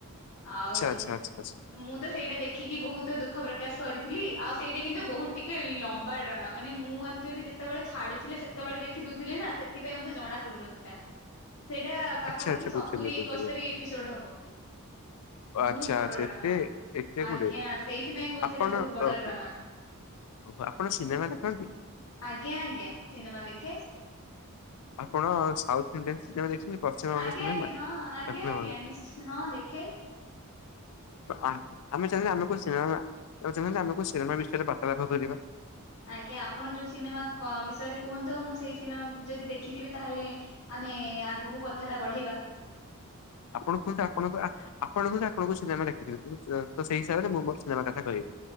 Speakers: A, on the left; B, on the left.
A: ଆଉ
B: ଆଚ୍ଛା ଆଚ୍ଛା
A: ମୁଁ ତ ସେଇଟା ଦେଖିକି ବହୁତ ଦୁଃଖ ପ୍ରକାଶ କରିଥିଲି, ଆଉ ସେଇଟା କିନ୍ତୁ ବହୁତ ଟ ଲମ୍ବା ଡ୍ରାମା ମାନେ ମୁଁ ଆକ୍ଚୁଆଲି ଯେତେବେଳେ ଛାଡୁଥିଲେ, ସେତେବେଳେ ଦେଖିଦଉି ନା ସେ ଥିପାଇଁ, ମତେ ଜଣା ପଡୁନଥିଲା। ସେଇଟା ପାଖାପାଖି
B: ଆଚ୍ଛା ଆଚ୍ଛା
A: ସତୁରି
B: ବୁଝିଲି ବୁଝିଲି।
A: ଏକସ୍ତରୀ ଏପିସୋଡ ହବ। <unintelligible>
B: ଆଚ୍ଛା
A: ବହୁତ ବଡ
B: ଆଚ୍ଛା
A: ଡ୍ରାମା
B: ଏତେ ଏତେ
A: ଆଜ୍ଞା
B: ଗୁଡେ
A: ସେଇଥିପାଇଁ କହୁଛି,
B: ଆପଣ
A: ଏଟା ବହୁତ ବଡ
B: ଓହୋ।
A: ଡ୍ରାମା।
B: ଓହୋ ଆପଣ ସିନେମା ଦେଖନ୍ତି
A: ଆଜ୍ଞା ଆଜ୍ଞା ସିନେମା ଦେଖେ
B: ଆପଣ ସାଉଥଇଣ୍ଡି ପଶ୍ଚିମବଙ୍ଗ
A: ଆଜ୍ଞା
B: ସିନେମା
A: ଆଜ୍ଞା ହଁ ଆଜ୍ଞା
B: ଦକ୍ଷିଣବଙ୍ଗ
A: ଆଜ୍ଞା ନିଶ୍ଚ ହଁ ଦେଖେ
B: ଆ ଆମେ ଚାହିଁଲେ ଆମେ କୋଉ ସିନେମା ଆ ଚାହିଁଲେ ଆମେ କୋ ସିନେମା ବିଷୟରେ ବାର୍ତ୍ତାଳପ କରିବା।
A: ଆଜ୍ଞା ଆପଣ ଯୋଉ ସିନେମା ବିଷୟରେ କୁହନ୍ତୁ, ଆଉ ମୁଁ ସେଇ ସିନେମା ଯଦି ଦେଖିଥିବି ତାହେଲେ ଆମେ ଆଗକୁ କଥା ଟା ବଢେଇବା
B: ଆପଣ କୁହନ୍ତୁ, ଆପଣ ଆପଣ କୁହନ୍ତୁ, ଆପଣଙ୍କୁ ସିନେମା ଦେଖି ତ ସେଇ ହିସାବରେ ମୁଁ ମୋର ସିନେମା କଥା କହିବି।